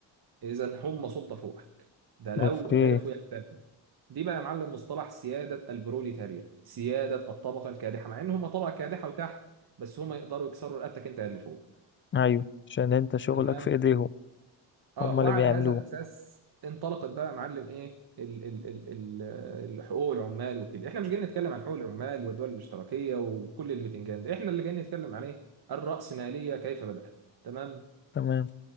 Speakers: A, on the right; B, on the left.
A: إذا هم سلطة فوقك ده لو
B: اوكي
A: عرفوا يجتمعوا دي بقى يا معلم مصطلح سيادة البروليتاريا سيادة الطبقة الكادحة مع إن هم طبقة كادحة وتحت بس هم يقدروا يكسروا رقبتك أنت اللي فوق
B: ايوه عشان انت شغلك
A: تمام
B: في ايديهم
A: اه
B: هما
A: وعلى
B: اللي بيعملوه
A: هذا الأساس انطلقت بقى يا معلم إيه ال ال ال ال حقوق العمال وكده إحنا مش جايين نتكلم عن حقوق العمال والدول الاشتراكية وكل اللي بتنجان ده إحنا اللي جايين نتكلم عليه الرأسمالية كيف بدأت تمام
B: تمام